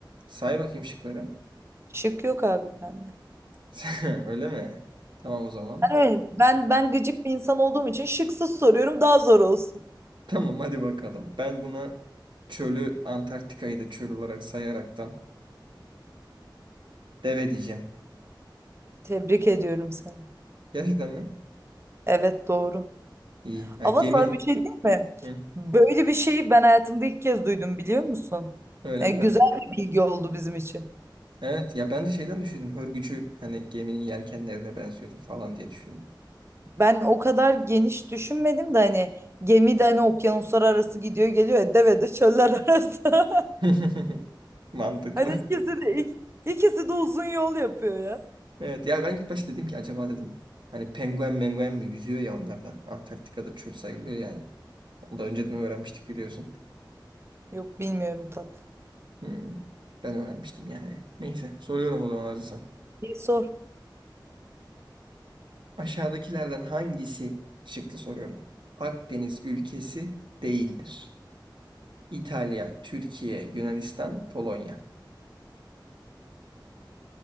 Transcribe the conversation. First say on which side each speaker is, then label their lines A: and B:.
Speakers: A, on the right (about 70°); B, on the right (about 30°).
A: Say bakayım şıkları.
B: Şık yok abi bende.
A: <laughs> Öyle mi? Tamam o zaman.
B: Ben öyle, ben ben gıcık bir insan olduğum için şıksız soruyorum daha zor olsun.
A: Tamam hadi bakalım. Ben buna çölü Antarktika'yı da çöl olarak sayaraktan deve diyeceğim.
B: Tebrik ediyorum seni.
A: Gerçekten mi?
B: Evet doğru.
A: İyi. Ha,
B: Ama
A: gemi.
B: sana bir şey diyeyim mi?
A: Hı,
B: Böyle bir şeyi ben hayatımda ilk kez duydum biliyor musun?
A: öyle
B: E,
A: mi?
B: güzel bir bilgi oldu bizim için.
A: Evet ya ben de şeyden düşündüm. Hörgücü hani geminin yelkenlerine benziyordu falan diye düşündüm.
B: Ben o kadar geniş düşünmedim de hani gemi de hani okyanuslar arası gidiyor geliyor ya, deve de çöller arası. <laughs>
A: <laughs> Mantıklı.
B: Hani ikisi
A: <laughs>
B: de ik- ikisi de uzun yol yapıyor ya.
A: Evet ya ben ilk başta dedim ki acaba dedim hani penguen menguen mi yüzüyor ya onlar da. Antarktika'da çöl sayılıyor yani. Onu da önceden öğrenmiştik biliyorsun.
B: Yok bilmiyorum tatlı.
A: Hmm, Ben öğrenmiştim yani. Neyse soruyorum o zaman hazırsan.
B: Bir sor.
A: Aşağıdakilerden hangisi şıklı soruyorum. Akdeniz ülkesi değildir. İtalya, Türkiye, Yunanistan, Polonya.